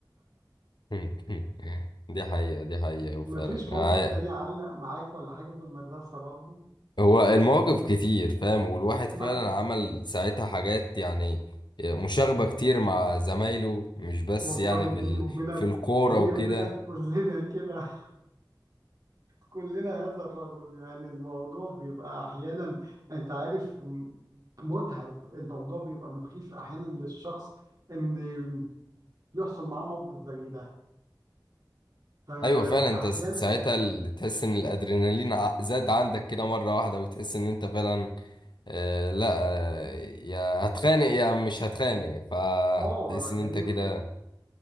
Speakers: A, on the left (about 70°); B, on the right (about 50°).
A: <laughs> دي حقيقة دي حقيقة وفعلا
B: ما فيش موقف
A: عا-
B: تاني علق معاك ولا حاجه في المدرسه برضه
A: هو المواقف كتير فاهم والواحد فعلا
B: ما
A: عمل ساعتها حاجات يعني مشاغبة كتير مع زمايله مش بس
B: والله
A: يعني
B: بيني
A: في ال...
B: وبينك
A: في الكورة
B: بيني
A: وكده
B: وبينك كلنا كده <laughs> كلنا هذا الرجل يعني الموضوع بيبقى احيانا انت عارف م- متعب الموضوع بيبقى مخيف احيانا للشخص ان يحصل معاه موقف زي ده فاحيانا
A: أيوة فعلا أنت س- ساعتها ال- تحس إن الأدرينالين ع- زاد عندك كده مرة واحدة وتحس إن أنت فعلا آه لا آه، يا هتخانق يا مش هتخانق فتحس
B: اه يعني
A: إن أنت كده